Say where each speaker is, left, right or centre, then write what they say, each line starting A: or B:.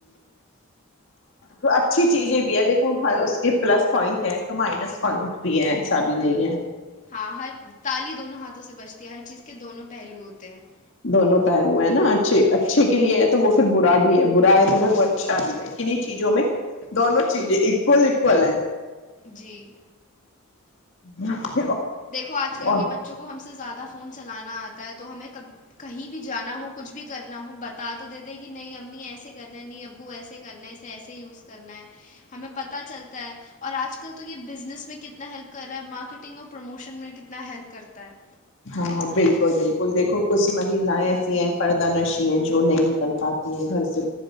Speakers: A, on the left (about 55°); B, on the left (about 35°).
A: ہ اچھی چیزیں بھی ہے دیکھو اس کے پلس پوائنٹ ہیں تو مائنس پوائنٹ بھی ہے ایسا بھی نہیں ہے
B: ہاں ہر تالی دونوں ہاتھ سے بچتی ہے ہر چیز کے دونوں پہلو ہوتے ہیں <inaudible>
A: دونوں پہلو ہے نا اچھے اچھے کے لیے ہے تو وہ پھر برا بھی ہے برا ہے تو پھر وہ اچھا بھی ہے کنی چیزوں میں دونوں چیزیں اکول اکول ہے
B: جی
A: <inaudible>
B: دیکھو آج کل
A: اور
B: کے بچوں کو ہم سے زیادہ فون چلانا آتا تو ہمیں کبھی کہیں بھی جانا ہو کچھ بھی کرنا ہوں بتا تو دیتے کہ نہیں امی ایسے کرنا ہے نہیں ابو ایسے کرنا ہے اسے ایسے یوز کرنا ہے ہمیں پتا چلتا ہے اور آج کل تو یہ بزنس میں کتنا ہیلپ کر رہا ہے مارکیٹنگ اور پروموشن میں کتنا ہیلپ کرتا ہے
A: ہاں بالکل بالکل دیکھو کچھ مہیلائیں ایسی ہیں پردہ نشیں ہیں جو نہیں نکل پاتی ہیں گھر سے